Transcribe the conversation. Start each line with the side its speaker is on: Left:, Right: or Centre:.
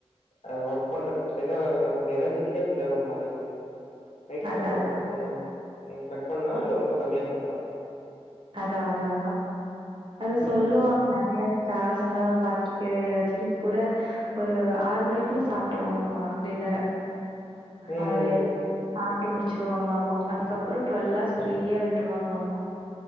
Left: அ ஒர்க் பண்றக் ஏனா நமக்கு எனர்ஜிடிக்கா ஃபீல் ஆவு காலைல நைட்
Right: அதா
Left: சாப்பாட
Right: அதா
Left: கட் பண்ணோ ம் கட் பண்ணா இல்ல ரொம்ப கம்மியா சாப் டா
Right: அதா அதா அதா அதா சொல்லுவாங்க
Left: ம்
Right: நறையா காஸ் லா நா பாத்துருக்கறே ரஜினி கூட ஒரு ஆறு மணிகுள்ள சாப்ட்ருவாங்ளாமா டின்னர ஹாரேல்
Left: ம்
Right: ஆ ட்டு முடுச்சுருவாங்களாமா அதுக்கப்றொ டுவல் ஆர்ஸ் ஃப்ரீயா விட்ருவாங்ளாமா